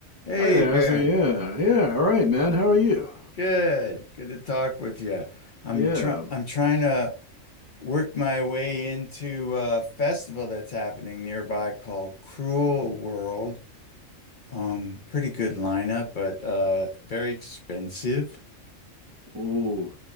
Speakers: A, on the left; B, on the right.
A: Hey,
B: Hi there,
A: Baron.
B: how's it? Yeah, yeah, all right, man. How are you?
A: Good. Good to talk with you. I'm
B: Yeah.
A: try I'm trying to work my way into a festival that's happening nearby called Cruel World. Um, pretty good lineup, but uh very expensive.
B: Ooh,